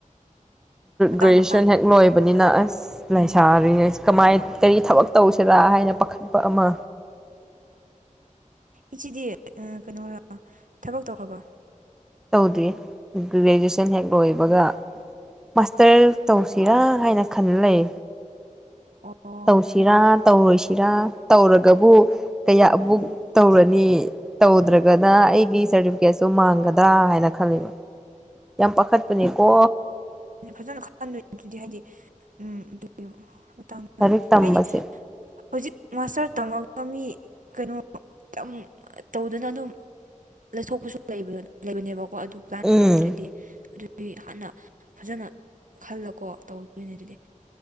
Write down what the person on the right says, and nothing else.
ꯃꯇꯥꯡ
ꯃꯇꯥꯡ
ꯎꯝ
ꯏꯆꯦꯗꯤ ꯀꯩꯅꯣꯔ ꯊꯕꯛ ꯇꯧꯈ꯭ꯔꯕꯣ
ꯑꯣ
ꯎꯝ
ꯐꯥꯖꯥꯅ ꯈꯟꯗꯣꯏꯅꯦ ꯍꯥꯏꯗꯤ ꯎꯝ ꯑꯗꯨꯗꯤ ꯃꯇꯥꯡꯗꯨꯗꯤ
ꯍꯥꯏꯗꯤ ꯍꯧꯖꯤꯛ ꯃꯥꯁꯇꯔ ꯇꯝꯃꯝꯕ ꯃꯤ ꯀꯩꯅꯣ ꯇꯪ ꯇꯧꯗꯨꯅ ꯑꯗꯨꯝ ꯂꯩꯊꯣꯛꯄꯁꯨ ꯂꯩꯕ ꯂꯩꯕꯅꯦꯕꯀꯣ ꯑꯗꯨ ꯄ꯭ꯂꯥꯟ
ꯂꯩꯇ꯭ꯔꯗꯤ ꯑꯗꯨꯗꯤ ꯍꯥꯟꯅ ꯐꯖꯅ ꯈꯜꯂꯀꯣ ꯇꯧꯗꯣꯏꯅꯦ ꯑꯗꯨꯗꯤ